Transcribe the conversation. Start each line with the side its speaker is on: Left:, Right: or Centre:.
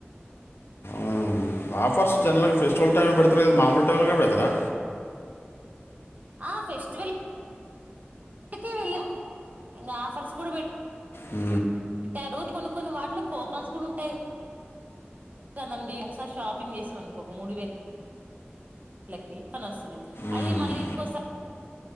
Left: మ్మ్." ఆఫర్స్ జల్ ఫెస్టివల్ టైమ్ లో పెడతారు కదా మామూలు టైం లో కూడా పెడతారా
Right: ఆ ఫెస్టివల్ కే వెళ్ళాం ఇంకా ఆఫర్స్ కూడా బ
Left: ఉ
Right: పెట్టేరు కొన్ని కొన్ని వాటిలు కూపన్స్ కూడా ఉంటాయి కదండి ఒకసారి షాపింగ్ చేసాం అనుకో మూడు వేల వేలకి వస్తుంది అది
Left: మ్మ్,
Right: మళ్ళీ ఇంకోసారి